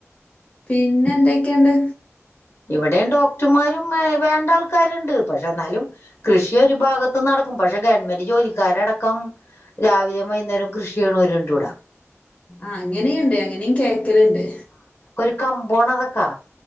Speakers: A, on the left (about 25°); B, on the left (about 55°).
A: പിന്നെ എന്തൊക്കെണ്ട്?
B: ഇവിടെയും ഡോക്ടർമാരും വേണ്ടാൾക്കാരുണ്ട് പക്ഷെ എന്നാലും കൃഷിയൊരുഭാഗത്ത് നടക്കും പക്ഷെ ഗവൺമെന്റ് ജോലിക്കാരടക്കം രാവിലേം വൈകുന്നേരം കൃഷി ചെയ്യുണോരിണ്ടിവിട
A: ആഹ് അങ്ങനെയ്ണ്ട് അങ്ങനെയും കേക്കല്ണ്ട്
B: കമ്പോണറക്കാ